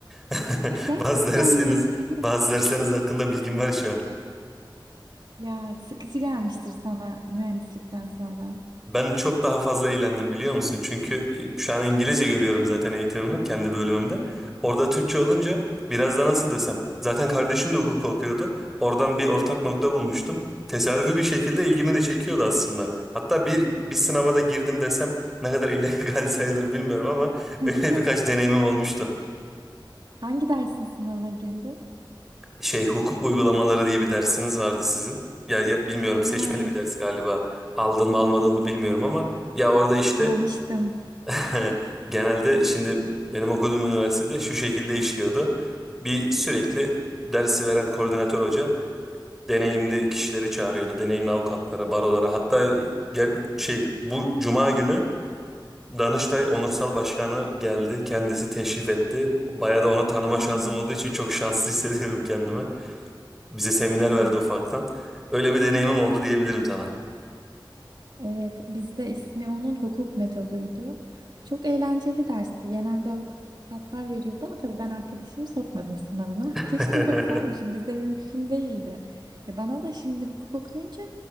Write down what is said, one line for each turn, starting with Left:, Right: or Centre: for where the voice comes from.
Centre: <laughs>
Right: gerçekten
Centre: Bazı dersleriniz,
Right: mi? <laughs>
Centre: bazı dersleriniz hakkında bilgim var şu an.
Right: Ya sıkıcı gelmiştir sana mühendislikten sonra.
Centre: Ben çok daha fazla eğlendim biliyor musun? Çünkü e, şu an İngilizce görüyorum zaten eğitimimi kendi bölümümde. Orada Türkçe olunca biraz da nasıl desem. Zaten kardeşim de hukuk okuyordu. Oradan bir ortak nokta bulmuştum. Tesadüfi bir şekilde ilgimi de çekiyordu aslında. Hatta bir, bir sınava da girdim desem ne kadar illegal <laughs> sayılır bilmiyorum ama
Right: <laughs>
Centre: öyle birkaç deneyimim olmuştu.
Right: Hangi dersin sınavına girdin?
Centre: Şey hukuk uygulamaları diye bir dersiniz vardı sizin. Ya, ya bilmiyorum seçmeli
Right: Ha,
Centre: bir ders galiba. Aldın mı almadın mı bilmiyorum ama ya orada işte
Right: almıştım.
Centre: <laughs> Genelde şimdi benim okuduğum üniversitede şu şekilde işliyordu. Bir sürekli dersi veren koordinatör hoca deneyimli kişileri çağırıyordu. Deneyimli avukatlara, barolara hatta gel, şey bu cuma günü Danıştay Onursal Başkanı geldi. Kendisi teşrif etti. Bayağı da onu tanıma
Right: Aa,
Centre: şansım olduğu için çok şanslı <laughs> hissediyorum kendimi. Bize seminer
Right: ya.
Centre: verdi ufaktan. Öyle bir deneyimim oldu diyebilirim sana.
Right: Evet, bizde ismi onun hukuk metoduydu. Çok eğlenceli dersti. Genelde avukatlar veriyordu ama tabii ben arkadaşımı sokmadım sınavına.
Centre: <laughs>
Right: <laughs> Keşke soksaymışım. Bizde mümkün değildi. Ya bana da şimdi hukuk okuyunca